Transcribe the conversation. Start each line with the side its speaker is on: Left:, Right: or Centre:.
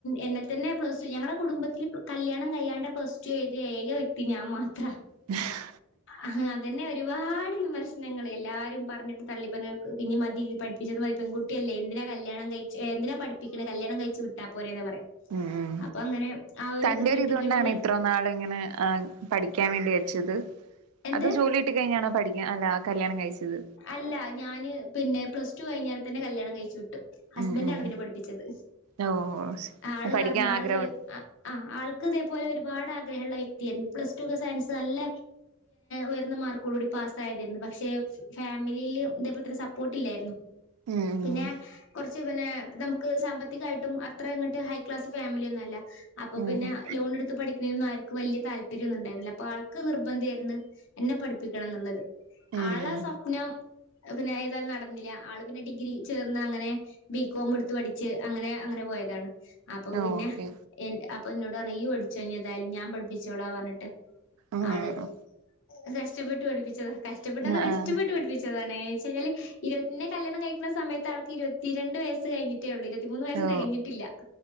Left: എന്നെ തന്നെ പ്ലസ് ടു ഞങ്ങടെ കുടുംബത്തില് കല്യാണം കയ്യാണ്ട് പ്ലസ് ടു എയ്തിയ ഏക വെ ക്തി ഞാൻ മാത്ര
Right: <inaudible>
Left: അഹ് അതന്നെ വെ ഒരുപാട് വിമർശനങ്ങള് എല്ലാരും പറഞ്ഞിട്ട് തള്ളി പറഞ്ഞ് പിന്നെം മതി പഠിപ്പിച്ചത് മതി പെൺകു ട്ടിയല്ലേ എന്തിനാ കല്യാണം കയിച്ച് എന്തിനാ പഠിപ്പിക്ക്ണെ കല്യാണം കയിച്ച് വിട്ടാ പോരേന്ന് പറയും.
Right: ഉം ഉം
Left: അപ്പൊ അങ്ങനെ ആ ഒരു
Right: തന്റൊരിത്കൊണ്ടാണ്
Left: ഇത് കേട്ട് കേട്ട് കേ-
Right: ഇത്രൊനാളിങ്ങനെ ആ പഠിക്കാൻ വേണ്ടി അയച്ചത്,
Left: എന്ത്
Right: അതോ ജോലികിട്ട് കഴിഞ്ഞാണോ പഠിക്ക അല്ല കല്യാണം കഴിച്ചത്?
Left: അല്ല ഞാന് പിന്നെ പ്ലസ് ടു കഴിഞ്ഞേര തന്നെ കല്യാണം കഴിച്ചു വിട്ടു. ഹസ്ബൻഡ്
Right: ഉം ഉം
Left: ആണ് പിന്നെ പഠിപ്പിച്ചത്.
Right: ഓ
Left: ആള്
Right: പഠിക്കാൻ
Left: പറഞ്ഞു
Right: ആഗ്രഹം
Left: ആള് ചോദ ആ ആൾക്ക് ഇതേപലെ ഒരുപാട് ആഗ്രഹമുള്ള വ്യക്തിയായിരുന്നു പ്ലസ് ടു ഒക്കെ സയൻസ് നല്ല ഉയർന്ന മാർക്കോടുകൂടി പാസ്സായതായിരുന്നു. പക്ഷെ ഫാമിലിയില് ഇതേപ്പോലെ ഇത്ര സപ്പോർട്ടില്ലായിരുന്നു.
Right: ഉം
Left: പിന്നെ കുറച്ച് പിന്നെ നമുക്ക് സാമ്പത്തികായിട്ടും അത്ര അങ്ങോട്ട് ഹൈ ക്ലാസ് ഫാമിലിയൊന്നും അല്ല. അപ്പൊ
Right: ഉം
Left: പിന്നെ ലോൺ എടുത്ത് പഠിക്കണേനൊന്നു ആ വല്യ താല്പര്യം ഒന്നും ഉണ്ടായിരുന്നില്ല. അപ്പൊ ആൾക്ക് നിർബന്ധായിരുന്നു എന്നെ പഠിപ്പിക്കണം എന്നുള്ളത്.
Right: ഉം
Left: ആള പിന്നെ ഏതായാലും നടന്നില്ല ആള് പിന്നെ ഡിഗ്രി ചേർന്ന് അങ്ങനെ ബികോം എടുത്ത് പഠിച്ച് അങ്ങനെ അങ്ങനെ പോയതാണ് അപ്പൊ
Right: ഉം
Left: പിന്നെ
Right: ഓക്കെ
Left: അപ്പൊ എന്നോട് പറഞ്ഞ് ഈയ് പഠിച്ചോ ഇനി ഏതായാലും ഞാൻ പഠിപ്പിച്ചോളാ പറഞ്ഞിട്ട്
Right: ആഹ്
Left: ആള് കഷ്ടപ്പെട്ടു പഠിപ്പിച്ചതാ കഷ്
Right: ആഹ് ആ
Left: പെട്ട് പഠിപ്പിച്ചതാണ് എന്നുവെച്ചു കഴിഞ്ഞാല് ഇരുത്തി എന്നെ കല്യാണം കഴിക്ക്ണ സമയത്ത് ആൾക്ക് ഇരുപത്തിരണ്ട് വയസ്സ് കഴിഞ്ഞിട്ട് ട്ടേ ഉള്ളൂ ഇരുവത്തിമൂന്ന് വയസ്
Right: ഓ
Left: തികഞ്ഞിട്ടില്ല